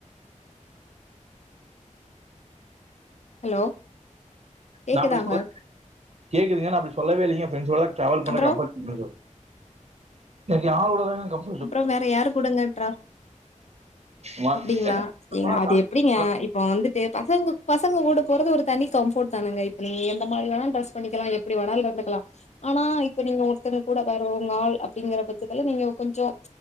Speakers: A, on the left; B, on the right.
A: ஹலோ கேக்குதாங்க
B: நா அப்டி சொல்ல கேக்குதுங்க நா அப்டி சொல்லவே இல்லெங்க எ ஃப்ரெண்ஸோடதா டிராவல் பண்றது
A: அப்றோ
B: கம்ஃபர்ட் <inaudible> எனக்கு யாரோட தாங்க கம்
A: அப்றொ வேற யார் கூடங்க டிரா
B: ம-
A: அப்டிங்ளா
B: என்ன
A: ஏங்க
B: போனா
A: அது
B: சாட்சி
A: எப்டிங்க இப்ப வந்துட்டு பசங்க பசங்க கூட போறது ஒரு தனி கம்ஃபோர்ட் தானங்க இப்ப நீங்க எந்த மாரி வேனா ட்ரெஸ் பண்ணிக்கலா எப்டி வேணாலு இருந்துக்கலா ஆனா இப்ப நீங்க ஒருத்தங்க கூட வேற உங்க ஆள் அப்டிங்குறப் பட்சத்துல நீங்க ஞ்சோ